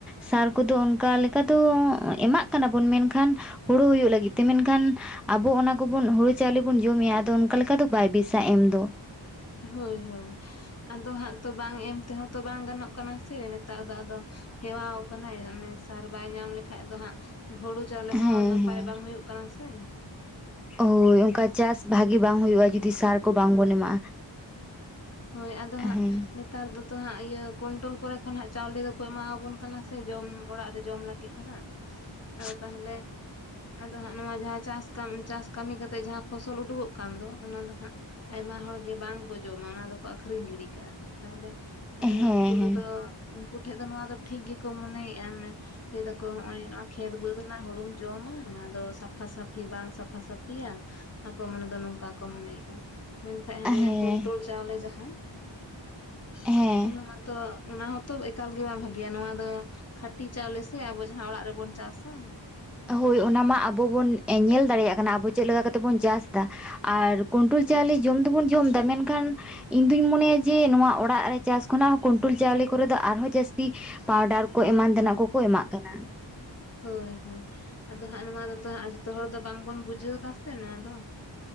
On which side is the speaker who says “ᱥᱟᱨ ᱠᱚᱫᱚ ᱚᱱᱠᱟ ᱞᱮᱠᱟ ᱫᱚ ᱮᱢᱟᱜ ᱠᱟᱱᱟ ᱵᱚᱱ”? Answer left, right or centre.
Centre